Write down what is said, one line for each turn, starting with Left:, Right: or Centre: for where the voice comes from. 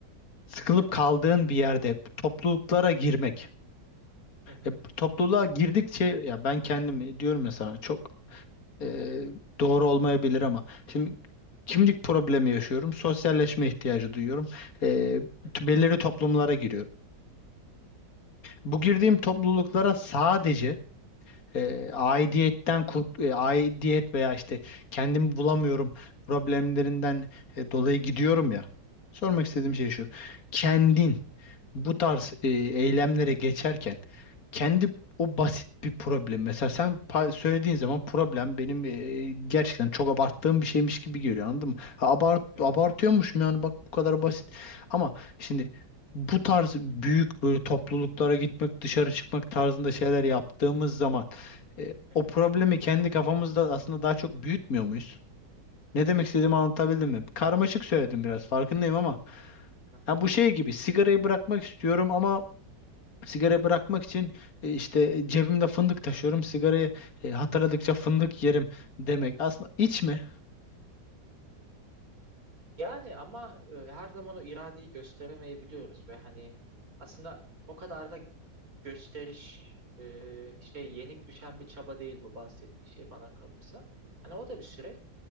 Left: sıkılıp kaldığın bir yerde topluluklara girmek.
Right: hı
Left: E, topluluğa girdikçe ya ben kendim diyorum ya sana çok e, doğru olmayabilir ama şimdi kimlik problemi yaşıyorum. Sosyalleşme ihtiyacı duyuyorum. E,
Right: hı hı
Left: t- belirli toplumlara giriyorum. Bu girdiğim
Right: hı hı
Left: topluluklara sadece e, aidiyetten kurt- e, aidiyet veya işte kendimi bulamıyorum problemlerinden e, dolayı gidiyorum ya. Sormak istediğim
Right: hı hı
Left: şey şu. Kendin bu tarz e, eylemlere geçerken kendi o basit bir problem mesela sen pa- söylediğin zaman problem benim e, gerçekten çok abarttığım bir şeymiş gibi geliyor anladın mı? Ha, Abart
Right: hı
Left: abartıyormuşum
Right: hı
Left: yani bak bu kadar basit ama şimdi bu tarz büyük böyle topluluklara gitmek dışarı çıkmak tarzında şeyler yaptığımız zaman e,
Right: hı hı.
Left: o problemi kendi kafamızda aslında daha çok büyütmüyor muyuz? Ne demek istediğimi anlatabildim mi? Karmaşık söyledim biraz farkındayım ama
Right: Hı hı.
Left: ha bu şey gibi sigarayı bırakmak istiyorum ama sigara bırakmak için e, işte e, cebimde fındık taşıyorum. Sigarayı e, hatırladıkça fındık yerim demek. Aslında içme.
Right: Yani ama e, her zaman o iradeyi gösteremeyebiliyoruz ve hani aslında o kadar da gösteriş e, şey yenik düşen bir çaba değil bu bahsettiğin şey bana kalırsa. Hani o da bir süreç